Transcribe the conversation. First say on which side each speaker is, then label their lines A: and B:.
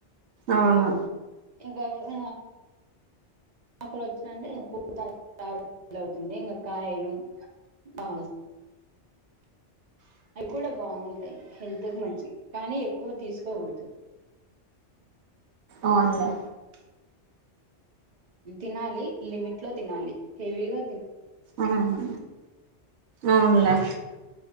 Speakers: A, on the right; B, on the right.
A: అవును
B: ఇంక ఇంక అకులు వచ్చినంటే పూత రావడం ఫీల్ అవుతుంది. ఇంకా కాయలు బా అవి కూడా బాగుంటాయి హెల్త్ కి మంచి కానీ ఎక్కువ తీసుకోకూడదు.
A: అవునులే
B: ఉ తినాలి లిమిటెడ్ తినాలి హెవిగా
A: అవును అవునులే